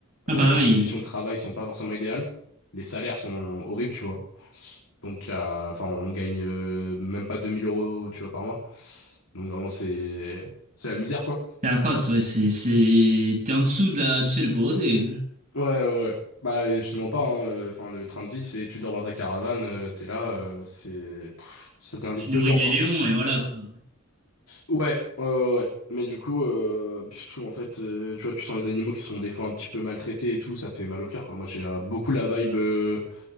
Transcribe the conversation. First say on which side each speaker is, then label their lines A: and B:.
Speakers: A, on the right; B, on the left.
A: Ah
B: Euh,
A: bah
B: les
A: oui,
B: conditions de travail sont pas forcément idéales. Les salaires sont horribles, tu vois. Donc, euh, enfin, on gagne euh, même pas 2000 euros, tu vois, par mois. Donc, vraiment, c'est c'est la misère, quoi.
A: c'est atroce, ouais. C'est, c'est... T'es en dessous de la... du seuil de pauvreté.
B: Ouais, ouais, ouais. Bah, je te mens pas, hein. Euh, Enfin, le train de vie, c'est tu dors dans ta caravane, euh, t'es là, euh, c'est... pff, ça devient vite
A: Tu
B: pesant,
A: nourris les
B: quoi.
A: lions et voilà quoi.
B: Ouais, ouais, ouais. ouais. Mais du coup, euh, puis surtout, en fait, euh, tu vois, tu sens les animaux qui sont des fois un petit peu maltraités et tout, ça te fait mal au cœur, quoi. Moi, j'ai euh, beaucoup la vibe euh,